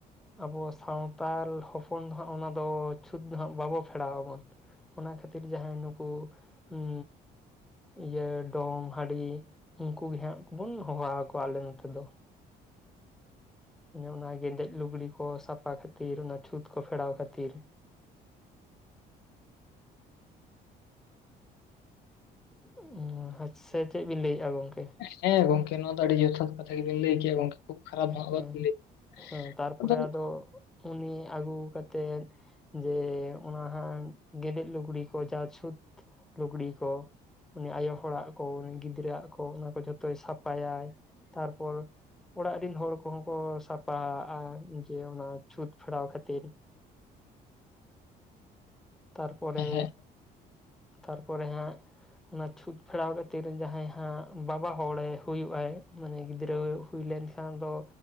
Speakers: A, in the centre; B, on the left.
A: ᱟᱵᱚ ᱥᱟᱱᱛᱟᱞ ᱦᱚᱯᱚᱱ ᱫᱚᱦᱟᱸᱜ ᱚᱱᱟ ᱫᱚ ᱪᱷᱩᱸᱛ ᱫᱚ ᱦᱟᱸᱜ ᱵᱟᱵᱚ ᱯᱷᱮᱲᱟᱣ ᱟᱵᱚᱱ᱾ ᱚᱱᱟ ᱠᱷᱟᱹᱛᱤᱨ ᱡᱟᱦᱟᱸᱭ ᱱᱩᱠᱩ ᱦᱩᱸ ᱤᱭᱟᱹ ᱰᱚᱢ ᱦᱟᱺᱰᱤ ᱩᱱᱠᱩᱜᱮ ᱦᱟᱸᱜᱵᱚᱱ ᱦᱚᱦᱚ ᱟᱠᱚᱣᱟ ᱟᱞᱮ ᱱᱚᱛᱮ ᱫᱚ ᱾ ᱚᱱᱮ ᱚᱱᱟ ᱜᱮᱸᱫᱮᱡ ᱞᱩᱜᱽᱲᱤ ᱠᱚ ᱥᱟᱯᱷᱟ ᱠᱷᱟᱹᱛᱤᱨ ᱚᱱᱟ ᱪᱷᱩᱸᱛ ᱠᱚ ᱯᱷᱮᱲᱟᱣ ᱠᱷᱟᱹᱛᱤᱨ <unintelligible> ᱟᱪᱪᱦᱟ ᱪᱮᱫ ᱵᱤᱱ ᱞᱟᱹᱭᱮᱫᱼᱟ ᱜᱚᱝᱠᱮ?
B: ᱦᱮᱸ ᱜᱚᱝᱠᱮ ᱱᱚᱣᱟ ᱫᱚ ᱟᱹᱰᱤ ᱡᱚᱛᱷᱟᱛ ᱠᱟᱛᱷᱟ ᱜᱮᱵᱤᱱ ᱞᱟᱹᱭ ᱠᱮᱭᱟ ᱜᱚᱝᱠᱮ᱾ ᱠᱷᱩᱵ ᱠᱷᱟᱨᱟᱯ ᱦᱚᱸ
A: ᱦᱮᱸ
B: ᱵᱚ ᱞᱟᱹᱭ,
A: ᱦᱮᱸ ᱛᱟᱨᱯᱚᱨᱮ
B: ᱟᱫᱚ
A: ᱩᱱᱤ ᱟᱹᱜᱩ ᱠᱟᱛᱮᱜ ᱡᱮ ᱚᱱᱟ ᱦᱟᱸᱜ ᱜᱮᱸᱫᱮᱡ ᱞᱩᱜᱽᱲᱤ ᱠᱚ ᱡᱟ ᱪᱷᱩᱸᱛ ᱞᱩᱜᱽᱲᱤ ᱠᱚ ᱩᱱᱤ ᱟᱭᱳ ᱦᱚᱲᱟᱜ ᱠᱚ ᱩᱱᱤ ᱜᱤᱫᱽᱨᱟᱹ ᱟᱜ ᱠᱚ ᱚᱱᱟ ᱠᱚ ᱡᱷᱚᱛᱚᱭ ᱥᱟᱯᱷᱟᱭᱟᱭ᱾ ᱛᱟᱨᱯᱚᱨ ᱚᱲᱟᱜ ᱨᱤᱱ ᱦᱚᱲ ᱠᱚᱦᱚᱸ ᱠᱚ ᱥᱟᱯᱟᱜᱼᱟ᱾ ᱡᱮ ᱚᱱᱟ ᱪᱷᱩᱛ ᱯᱷᱮᱲᱟᱣ ᱠᱷᱟᱹᱛᱤᱨ ᱛᱟᱨᱯᱚᱨᱮ
B: ᱦᱮᱸ
A: ᱛᱟᱨᱯᱚᱨᱮ ᱦᱟᱸᱜ ᱚᱱᱟ ᱪᱷᱩᱸᱛ ᱯᱷᱮᱲᱟᱣ ᱠᱷᱟᱹᱛᱤᱨ ᱡᱟᱦᱟᱸᱭ ᱦᱟᱸᱜ ᱵᱟᱵᱟ ᱦᱚᱲᱮ ᱦᱩᱭᱩᱜ ᱟᱭ᱾ ᱢᱟᱱᱮ ᱜᱤᱫᱽᱨᱟᱹ ᱦᱩᱭ ᱞᱮᱱᱠᱷᱟᱱ ᱫᱚ